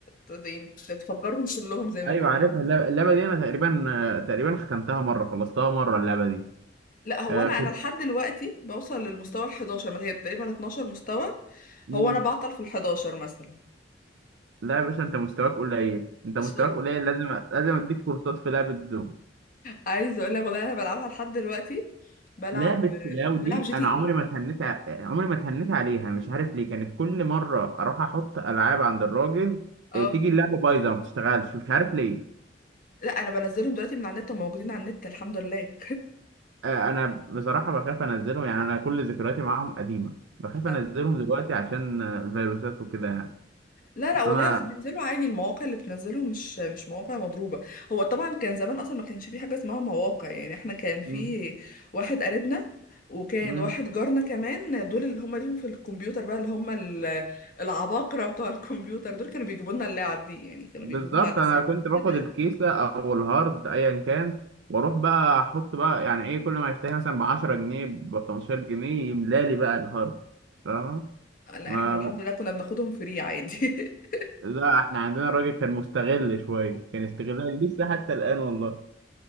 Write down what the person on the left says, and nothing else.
ت- يعني تفجرهم كلهم زي ما
بيقولوا
لا هو
انا
انا لحد دلوقتي بوصل للمستوى ال 11 ما هي تقريبا 12 مستوى
هو انا بعطل في ال 11 مثلا
قشطة؟
عايزه اقول لك والله انا بلعبها لحد دلوقتي بلعب
بلعب جي تي
ايه
اه
لا انا بنزلهم دلوقتي من على النت وموجودين على النت الحمد لله
<laughs>
لا لا
والله
أصل بينزلوا عادي المواقع اللي بتنزلهم مش مش مواقع مضروبة هو طبعا كان زمان اصلا ما كانش في حاجة اسمها مواقع يعني احنا كان في
واحد قريبنا وكان
واحد جارنا كمان دول اللي هم ليهم في الكمبيوتر بقى اللي هم ال- العباقرة بتوع الكمبيوتر دول كانوا بيجيبوا لنا اللعب دي يعني كانوا
بيجيبوها على
اساس
كده
لا
احنا الحمد لله كنا بناخدهم فري عادي <laughs>